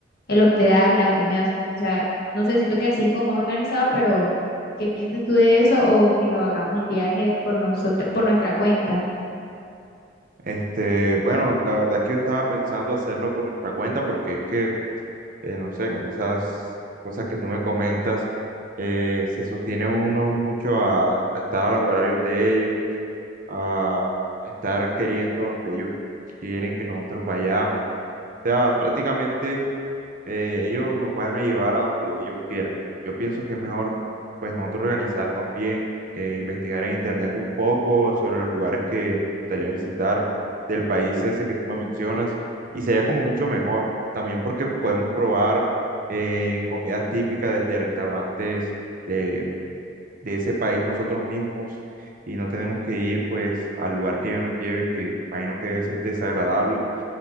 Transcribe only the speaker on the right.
Este, bueno, la verdad es que yo estaba pensando hacerlo por nuestra cuenta porque es que, eh, no sé, con esas cosas que tú me comentas, eh, se sostiene uno mucho a, a estar a los horarios de ellos, a estar queriendo donde ellos quieren que nosotros vayamos. O sea, prácticamente eh, ellos nos van a llevar a donde ellos quieran. Yo pienso que es mejor, pues, nosotros organizarnos bien, eh, investigar en internet un poco sobre los lugares que nos gustaría visitar del país ese que tú me mencionas, y sería como mucho mejor, también porque podemos probar eh, comidas típicas de, de restaurantes de, de ese país nosotros mismos, y no tenemos que ir, pues, al lugar que ellos nos lleven, que imagino que debe ser desagradable